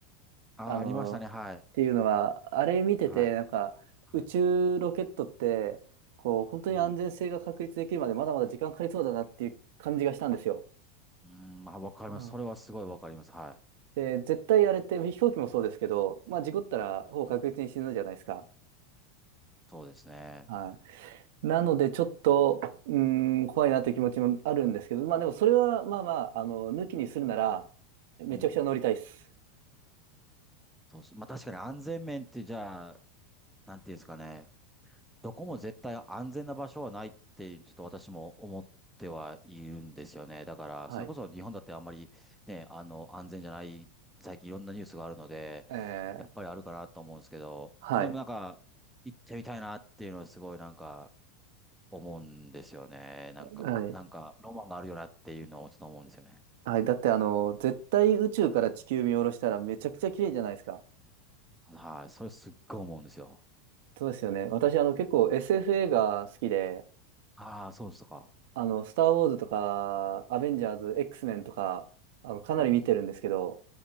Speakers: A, in the centre; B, on the right.
A: あー、
B: あの、
A: ありましたね。
B: っていうのが、
A: はい。
B: あれ見てて、
A: はい。
B: なんか、
A: は
B: 宇宙ロケットって、こう、本当に安全性が確立できるまでまだまだ時間かかりそうだなっていう感じがしたんですよ。
A: い。うん。うん、まあ、わかります。
B: うん。
A: それはすごいわかります。はい。
B: で、絶対あれって飛行機もそうですけど、まあ事故ったらほぼ確実に死ぬじゃないですか。
A: そうですね。
B: はい。なのでちょっと、うーん、怖いなという気持ちもあるんですけど、まあでもそれはまあまあ、あの、抜きにするなら、めちゃくちゃ乗りたいです。
A: うん。そうです。まあ確かに安全面ってじゃあ、なんていうんですかね。どこも絶対安全な場所はないって、ちょっと私も思ってはいるんですよね。だから、
B: はい。
A: それこそ日本だってあんまりね、あの、安全じゃない、最近いろんなニュースがあるので、
B: えー、
A: やっぱりあるかなと思うんですけど、
B: はい。
A: でもなんか、行ってみたいなっていうのはすごいなんか、思うんですよね。なんか、
B: はい。
A: なんか、ロマンがあるよなっていうのをちょっと思うんですよね。
B: はい。だってあの、絶対宇宙から地球見下ろしたらめちゃくちゃ綺麗じゃないですか。
A: はい、それすっごい思うんですよ。
B: そうですよね。私あの結構 SF 映画好きで、
A: ああ、そうですとか。
B: あの、スターウォーズとか、アベンジャーズ、X メンとか、あの、かなり見てるんですけど、
A: うん、